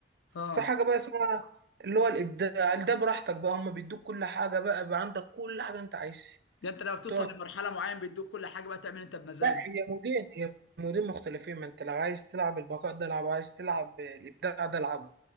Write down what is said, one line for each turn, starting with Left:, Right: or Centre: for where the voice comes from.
Left: فاهم.
Right: في حاجة
Left: اه
Right: بقى اسمها اللي هو الإبداع ده براحتك بقى هما بيدوك كل حاجة بقى بقى عندك كل حاجة انت عايزها
Left: ده انت لما بتوصل
Right: تقعد
Left: لمرحله معينه بيدوك كل حاجه بقى تعمل انت بمزاجك
Right: لا هي مودين هي مودين مختلفين ما انت لو عايز تلعب البقاء ده العب عايز تلعب الإبداع ده العب